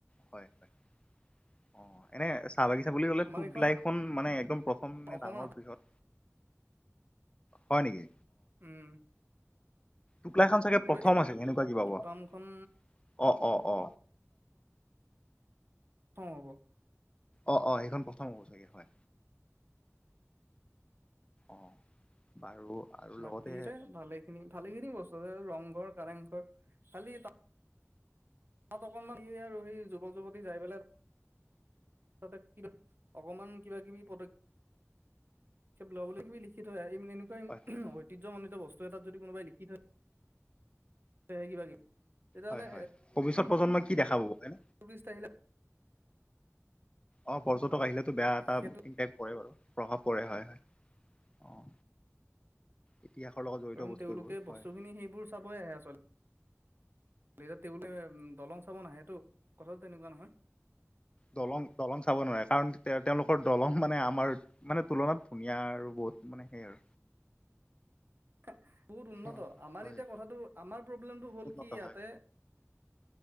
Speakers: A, on the left; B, on the right.
A: হয় হয়। অ এনে চাহ বাগিচা বুলি ক'লে
B: আমাৰ
A: পোক
B: এইখন
A: লাইখন মানে একদম প্ৰথমে
B: অসমৰ
A: ডাঙৰ বৃহৎ হয় নেকি?
B: উম।
A: টোকলাখন চাগে
B: এইটো
A: প্ৰথম আছিল সেনেকুৱা কিবা
B: টিপামখন
A: অ অ অ
B: অ হ'ব।
A: অ অ সেইখন প্ৰথম হব চাগে হয়? অ বাৰু আৰু
B: বাকী
A: লগতে
B: যে ভালে খিনি ভালেখিনি বস্তুছে ৰংঘৰ কাৰেংঘৰ খালি। তাত অকনমান সি আৰু সেই যুৱক যুৱতী যাই পেলাই। তাতে কিবা অকমান কিবা কিবি পদক্ষপ লবলৈ কিবি লিখি থৈ আহে। এই এনেকুৱা
A: হয় হয়
B: ঐতিহ্য মণ্ডিত বস্তু। ত এটাত যদি কোনোবাই লিখি থৈ কিবা কিবি তেতিয়াহ'লে
A: হয় হয় ভৱিষ্যত প্ৰজন্মই কি দেখা পাব?
B: পূ্বছ তাৰিলা <unintelligible>
A: অ পৰ্যটক আহিলেতো বেয়া এটা
B: সেইটো
A: ইম্পেক্ট পৰে বাৰু প্ৰভাৱ পৰে হয় হয় অ। ইতিহাসৰ লগত জড়িত
B: কাৰণ
A: বস্তু
B: তেওঁলোকে
A: এইবোৰ হয়
B: বস্তু খিনি সেইবোৰ চাবই আহে আচলতে। বোলে দলং চাব আহেটো কথাটো তেনেকুৱা নহয়।
A: দলং দলং চাব নোৱাৰে কাৰণ তে তেওঁলোকৰ দলং মানে আমাৰ মানে তুলনাত ধুনীয়া আৰু বু বহুত মানে সেই আৰু।
B: খ <unintelligible> বহুত উন্নত
A: অ
B: আমাৰ
A: হয়
B: এতিয়া কথাটো আমাৰ প্ৰব্লেমটো হ'ল
A: উন্নত
B: কি ইয়াতে
A: হয়